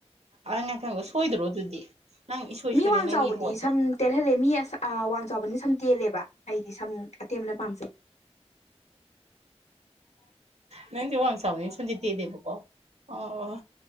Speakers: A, on the right; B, on the left.
A: <inaudible> ꯁꯣꯏꯗ꯭ꯔꯣ ꯑꯗꯨꯗꯤ ꯅꯪ ꯏꯁꯣꯏ
B: ꯃꯤ
A: ꯁꯣꯏꯔꯦ
B: ꯋꯥꯡ
A: ꯅꯪꯒꯤ
B: ꯆꯥꯎꯕꯗꯤ
A: ꯄꯣꯠꯁꯦ
B: ꯁꯝ ꯇꯦꯜꯍꯜꯂꯦ ꯃꯤ ꯑꯁ ꯋꯥꯡ ꯆꯥꯎꯕꯅ ꯁꯝ ꯇꯦꯜꯂꯦꯕ ꯑꯩꯗꯤ ꯁꯝ ꯑꯇꯦꯟꯕ ꯄꯥꯝꯖꯩ <inaudible>
A: ꯅꯪꯖꯦ ꯋꯥꯡ ꯆꯥꯎꯕꯅꯤꯅ ꯁꯝꯖꯦ ꯇꯦꯂꯦꯕꯀꯣ ꯑꯣ